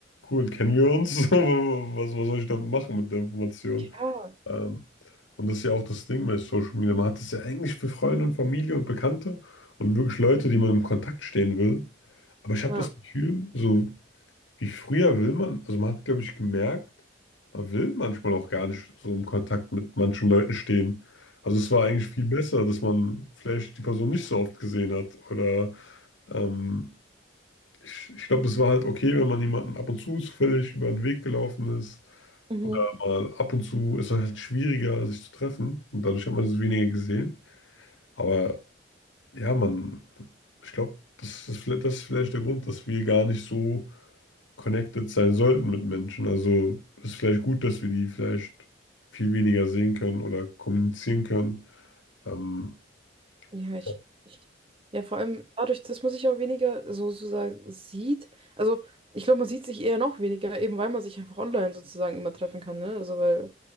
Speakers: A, on the left; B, on the right.
A: cool, kennen wir uns? <laughs> So, Was, was soll ich damit machen mit der Information?
B: Ja.
A: Ähm, und das ist ja auch das Ding bei Social Media. Man hat es ja eigentlich für Freunde und Familie und Bekannte und wirklich Leute, die man im Kontakt stehen will. Aber ich habe
B: Ja.
A: das Gefühl, so wie früher will man, also man hat, glaube ich, gemerkt, man will manchmal auch gar nicht so im Kontakt mit manchen Leuten stehen. Also es war eigentlich viel besser, dass man vielleicht die Person nicht so oft gesehen hat. Oder ähm, ich, ich glaube, es war halt okay, wenn man jemanden ab und zu zufällig über den Weg gelaufen ist.
B: Mhm.
A: Oder mal ab und zu ist es halt schwieriger, sich zu treffen. Und dadurch hat man es weniger gesehen. Aber ja, man, ich glaube, das ist, vielleicht- das ist vielleicht der Grund, dass wir gar nicht so connected sein sollten mit Menschen. Also ist vielleicht gut, dass wir die vielleicht viel weniger sehen können oder kommunizieren können. Ähm,
B: Ja, ich,
A: ja,
B: ich, ja, vor allem dadurch, dass man sich auch weniger so sozusagen sieht. Also, ich glaube, man sieht sich eher noch weniger, eben weil man sich einfach online sozusagen immer treffen kann, ne? Also, weil,